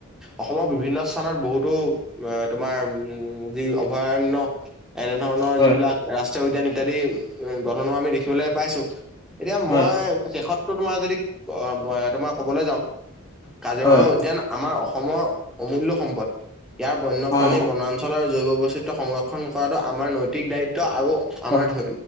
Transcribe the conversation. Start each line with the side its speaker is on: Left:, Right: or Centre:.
Centre: অসমৰ বিভিন্ন স্থানত বহুতো এ তোমাৰ উম যি অভয়াৰণ্য এনে ধৰণৰ
Left: হয়,
Centre: যিবিলাক ৰাষ্ট্ৰীয় উদ্যান ইত্যাদি গঠন হোৱা আমি দেখিবলৈ পাইছো। এতিয়া মই
Left: হয়,
Centre: শেষতটো তোমাৰ যদি তোমাৰ কবলে যাওঁ কাজিৰঙা
Left: হয়,
Centre: উদ্যান আমাৰ অসমৰ অমূল্য সম্পদ ইয়াৰ বন্যপ্ৰাণী
Left: হয়, হয়, হয়, হয়, হয়, হয়।
Centre: বনান অঞ্চলৰ জৈৱ বৈচিত্ৰ্য সংৰক্ষণ কৰাটো আমাৰ নৈতিক দায়িত্ব আৰু আমাৰ
Left: হয়,